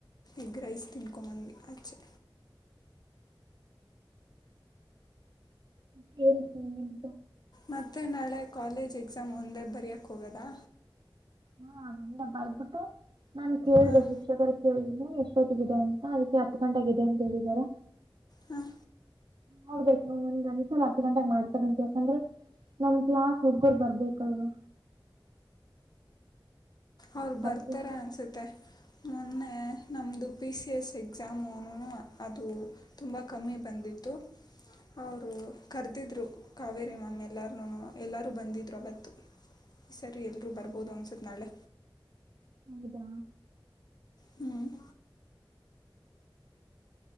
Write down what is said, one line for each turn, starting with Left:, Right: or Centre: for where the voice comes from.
Left: ಎಗ್ ರೈಸ್ ತಿನ್ಕೊಂಬಂದ್ವಿ ಆಚೆ
Right: ಕೇತೀನೆ ನಿ
Left: ಮತ್ತೆ ನಾಳೆ ಕಾಲೇಜ್ ಎಕ್ಸಾಮ್ ಒಂದೇ ಬರಯೋಕ್ಕೆ ಹೋಗೋದಾ
Right: ಹಾ ಅಲ್ಲ ಬರ್ಬಿಟ್ಟು ನಾನ್ ಕೇಳ್ದ
Left: ಹಾಂ
Right: ಶಿಕ್ಷಕರ ಕೇಳ್ದ ಎಷ್ಟ ೋಟಗಿದೆ ಅಂತ ಅದಕ್ಕೆ ಹತ್ತು ಗಂಟೆಗಿದೆ ಅಂತ ಹೇಳಿದಾರಾ
Left: ಹಾಂ
Right: ಹೋಗ್ಬೇಕು ಒಂದ್ಮ್ಷಲ ಹತ್ತು ಗಂಟಾಗ ಮಾಡ್ತಾರಂತ ಯಾಕಂದ್ರೆ ನಮ್ ಕ್ಲಾಸ್ ಹುಡ್ಗರು ಬರ್ಬೇಕಲ್ವಾ
Left: ಅವರು
Right: ಬರ್ತೀವಿ
Left: ಬರ್ತಾರ ಅನ್ಸುತ್ತೆ ಮೊನ್ನೆ ನಮ್ದು ಪಿ ಸಿ ಎಸ್ ಎಕ್ಸಾಮು ಅದು ತುಂಬಾ ಕಮ್ಮಿ ಬಂದಿತ್ತು ಅವರು ಕರ್ದಿದ್ದ ರು ಕಾವೇರಿ ಮಾಮ್ ಎಲ್ಲಾರನು ಎಲ್ಲಾರೂ ಬಂದಿದ್ರು ಅವತ್ತು ಸರಿಯ ಬೋದು ಅನ್ಸತ್ತ್ ನಾಳೆ
Right: ಹೌದಾ
Left: ಹ್ಮ್